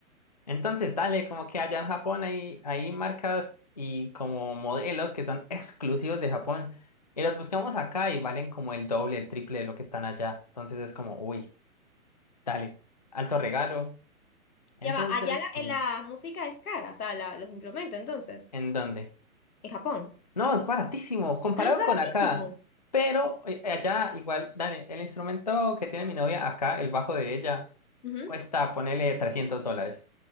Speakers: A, on the left; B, on the left.
A: Entonces, dale, como que allá en Japón hay, hay marcas y como modelos que son exclusivos de Japón. Y los buscamos acá y valen como el doble, el triple de lo que están allá. Entonces es como, uy, dale, alto regalo. Entonces,
B: Ya va, allá la,
A: sí,
B: eh, la música es cara, o sea, la- los instrumentos, entonces,
A: ¿en dónde?
B: en Japón.
A: No, es baratísimo, comparado
B: Ah, es baratísimo.
A: con acá. Pero eh, allá, igual, dale, el instrumento que tiene mi novia acá, el bajo de ella,
B: Ujú.
A: cuesta, ponele 300 dólares.